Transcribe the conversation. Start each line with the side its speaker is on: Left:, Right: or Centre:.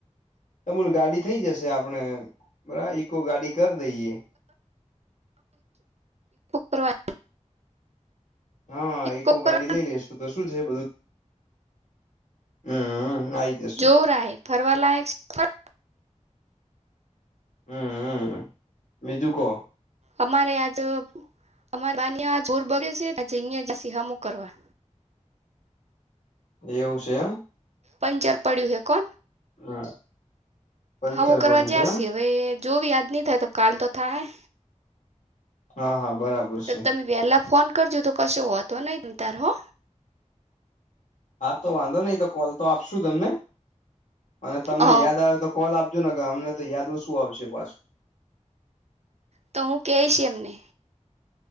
Left: અમૂલ ગાડી થઈ જશે આપણે બરા, ઈકો ગાડી કરી દઈએ
Right: કરવા
Left: હા,
Right: ઇકો
Left: ઈકો
Right: કરવા
Left: ગાડી લઈ લેશુ, તો શું છે બધું હમ આઈ જશું
Right: જો રાય ફરવા લયક છે, ફર
Left: હમ્મ, હમ્મ, બીજું કો?
Right: અમારે યાતો અમારે બાને આ જોર બગે છે, આજે અહં જ સિહામુ કરવા.
Left: એવું છે, એમ.
Right: પંચર પડી્યું હેકો
Left: હા પંચર
Right: હામુ કરવા
Left: પડ્યું છે
Right: જસી,
Left: એમ
Right: હવે જોવી આજની તો કાલ તો થાહૈ.
Left: હા, હા. બરાબર
Right: તો
Left: છે
Right: તમે વહેલા ફોન કરજો, તો કશો વાંધો નઈ તાર, હો.
Left: હા, તો વાંધો નઈ તો કોલ તો આપશું તમને અને તમને
Right: હ
Left: યાદ આવે તો કોલ આપજો ને કે અમને તો યાદ ઓછું આવશે પાછું.
Right: તો હું કેઈશ એમને